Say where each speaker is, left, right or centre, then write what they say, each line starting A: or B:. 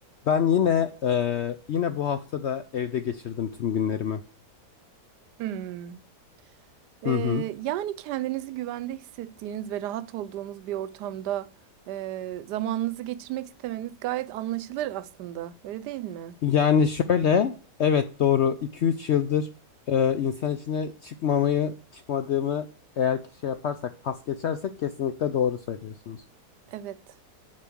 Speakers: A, on the left; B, on the right.
A: Ben yine e, yine bu hafta da evde geçirdim tüm günlerimi.
B: Hmm. Ee,
A: Hı hı.
B: yani kendinizi güvende hissettiğiniz ve rahat olduğunuz bir ortamda e, zamanınızı geçirmek istemeniz gayet anlaşılır aslında. Öyle değil mi?
A: Yani şöyle, evet doğru iki üç yıldır e, insan içine çıkmamayı çıkmadığımı eğer ki şey yaparsak pas geçersek kesinlikle doğru söylüyorsunuz.
B: Evet.